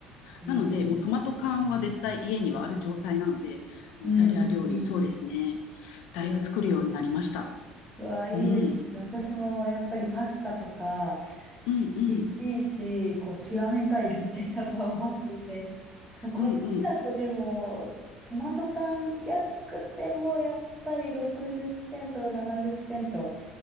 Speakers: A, in the centre; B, on the left.
A: ー、いいです。
B: なので、もうトマト缶は絶対家にはある状態なので、
A: うん、
B: イタリア料理、
A: うん。
B: そうですね。だいぶ作るようになりました。
A: うわ、うわー、いいですね。
B: うん。
A: 私もやっぱりパスタとか
B: うんうん。
A: 美味しいし、こう極めたいなってちょっと思っていて。こっちだとでも、
B: うんうん。
A: トマト缶安くてもやっぱり60セント、70セント、